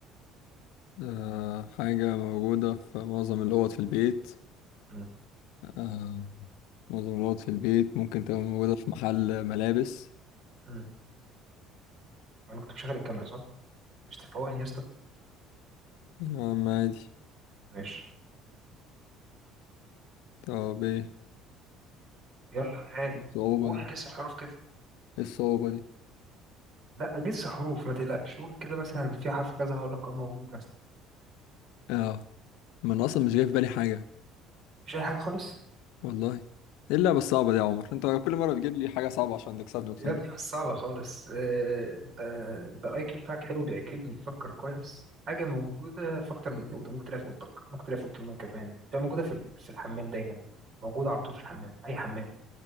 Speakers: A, on the left; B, on the right.
A: آه حاجة موجودة في معظم الأوض في البيت
B: مم.
A: آه معظم الأوض في البيت ممكن تبقى موجودة في محل ملابس
B: مم. انا كنت مشغل الكاميرا صح مش تفوقني يا اسطى
A: يا عم عادي
B: ماشي
A: طب ايه
B: يلا هاي
A: الصعوبة
B: قول
A: دي؟
B: جس الحروف كده
A: ايه الصعوبة دي؟
B: لا جس حروف ما تقلقش قول كده مثلا في حرف كذا هقول لك اه موجود مثلا
A: اه ما انا اصلا مش جاي في بالي حاجه
B: مش اي حاجه خالص
A: والله ايه اللعبه الصعبه دي يا عمر انت كل مره بتجيب لي حاجه صعبه عشان تكسبني اقسم
B: يا ابني
A: بالله
B: مش صعبه خالص آه، انت انت الاي كيو بتاعك حلو بيعجبني بتفكر كويس حاجه موجوده في اكتر من اوضه ممكن تلاقيها في اوضتك ممكن تلاقيها في اوضه النوم كمان تبقى موجوده في ال- في الحمام دايما موجوده على طول في الحمام اي حمام